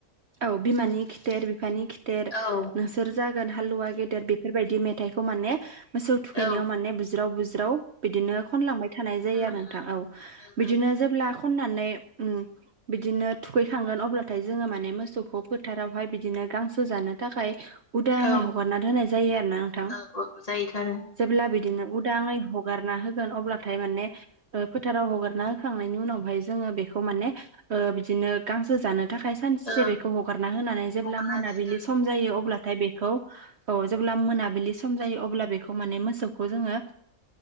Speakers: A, on the right; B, on the left.
A: औ बिमानि खिथेर बिफानि खिथेर
B: औ
A: नोंसोर जागोन गोलाव गिदिर। हालुवा गेदेर बेफोरबादि मेथाइखौ माने मोसौ थुखैनायाव
B: औ
A: माने बुज्राव बुज्राव खननो। बिदिनो खनलांबाय थानाय जायो
B: खनलाङो
A: आरो नोंथां औ
B: ओं
A: बिदिनो
B: ओं
A: जेब्ला खननानै। ओम <unintelligible> बिदिनो थुखैखांगोन अब्लाथाय! जोंङो माने मोसौखौ फोथारावहाय बिदिनो गांसो जानो थाखाय खावलायनाय जायो। उदाङै
B: औ
A: हगारना होनाय जायो आरोना नोंथां
B: औ औ जायोथ' आरो
A: जेब्ला बिदिनो। उदांङै हगारना होगोन अब्लाथाय माने फोथाराव हगारना होखांनायनि उनावहाय जोंङो बेखौ। माने बिदिनो गांसो जानो। थाखाय सानसे
B: ओं
A: बेखौ हगारना होनानै जेब्ला
B: हगारना
A: मोनाबिलि
B: दोन
A: सम जायो अब्लाथाय बे। औ जेब्ला मोनाबिलि सम जायो अब्ला बेखौ माने मोसौखौ जोंङो